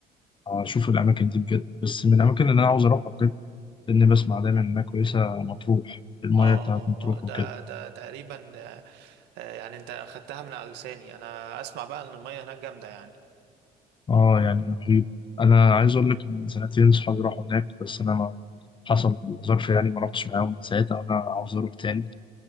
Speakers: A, on the left; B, on the right.
A: فاشوف الاماكن دي بجد بس من الاماكن اللي انا عاوز اروحها بجد لاني بسمع دايما انها كويسه مطروح المايه
B: اه
A: بتاعت مطروح
B: ده
A: وكده
B: ده تقريبا آه، آه، يعني انت اخدتها من على لساني انا اسمع بقى ان المية هناك جامدة يعني
A: اه يعني رهيب انا عايز اقول لك إن من سنتين صحابي راحوا هناك بس انا ما حصل ظرف يعني ما رحتش معاهم من ساعتها وانا عاوز اروح تاني